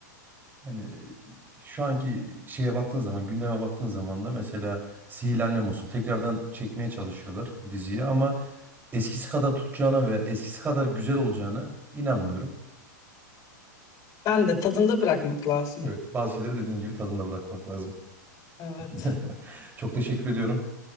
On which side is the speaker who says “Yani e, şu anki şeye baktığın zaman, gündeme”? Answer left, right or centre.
Right